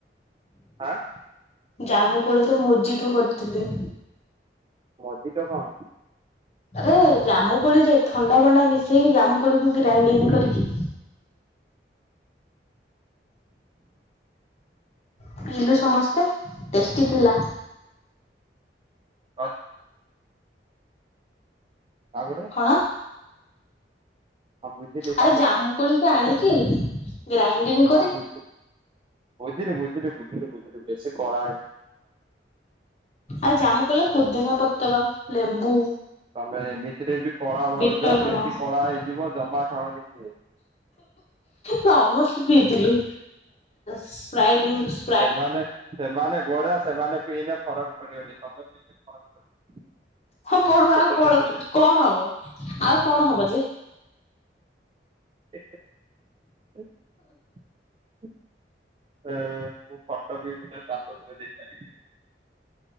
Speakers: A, on the right; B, on the left.
A: ହଁ
B: ଜାମୁ କୋଳି ତ ମୋଜି ଟୁ କରିଥିଲି।
A: ମଜିଟୁ କଣ?
B: ଆରେ ଜାମୁକୋଳି ରେ ଥଣ୍ଡା ଭଣ୍ଡା ମିଶେଇକି ଜାମୁକୋଳିକୁ ଗ୍ରାଇଣ୍ଡିଙ୍ଗ କରିକି
A: <inaudible>
B: ପିଇଲୁ ସମସ୍ତେ ଟେଷ୍ଟି ଥିଲା।
A: ହ ତାପରେ।
B: ଅ
A: ହଁ ବୁଝିଲି ତାପରେ
B: ଆରେ ଜାମୁ। କୋଳୀ ଟା ଆଣିକି ଗ୍ରାଇଡିଙ୍ଗ
A: ହଁ ବୁଝିଲି ବୁଝିଲି ବୁଝିଲି ବୁଝିଲି ବୁଝିଲି ବେଶୀ କଳା।
B: ଆଉ ଜାମୁ କୋଳିରେ ପୁଦିନା ପତ୍ର ଲେମ୍ବୁ।
A: ତମେ ଏମିତିରେ ବି କଳା ଭାଉଜ
B: ବିଟ ଲୁଣ
A: ବେଶୀ କଳା ହେଇଯିବ ଜମା ଖାଉନି ସିଏ।
B: ସମସ୍ତେ ପିଇଥିଲୁ ସ୍ପ୍ରାଇଟ ମିସ
A: ସେମାନେ ସେମାନେ ଗୋରା ସେମାନେ ପିଇନେ ଫରକ ପଡିବନି ତମ ପିଇନେ ଫରକ ପଡିବ।
B: ହଁ ପଢୁ ଆଉ
A: ଛୋଟ
B: କ
A: ଛୋଟ ଜିନିଷ
B: କଣ ହବ ଆଉ କଣ ହବ ଯେ।
A: ଏକ ମୁ ଫଟୋ ବି ଗୋଟେ ଷ୍ଟାଟସ୍ ରେ ଦେଇପାରିବି।